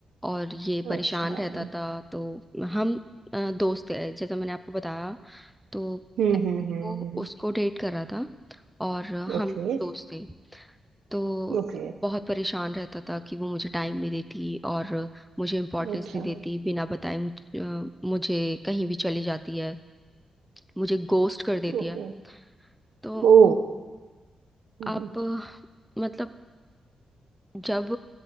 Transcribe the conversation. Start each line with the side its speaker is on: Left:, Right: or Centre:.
Centre: और ये परेशान
Right: अच्छा हम्म
Centre: रहता था तो हम अ, दोस्त थे जैसा मैंने आपको बताया तो
Right: हम्म
Centre: पहले
Right: हम्म हम्म
Centre: वो
Right: हम्म।
Centre: उसको डेट कर रहा था और हम
Right: ओके
Centre: दोस्त थे तो
Right: ओके
Centre: बहुत परेशान रहता था कि वो मुझे टाइम नहीं देती और मुझे इम्पोर्टेंस
Right: अच्छा
Centre: नहीं देती बिना बताए मुझ, अ, मुझे कहीं भी चली जाती है मुझे गोस्ट कर देती
Right: ओके
Centre: है तो
Right: ओ हम्म,
Centre: अब
Right: हम्म,
Centre: मतलब जब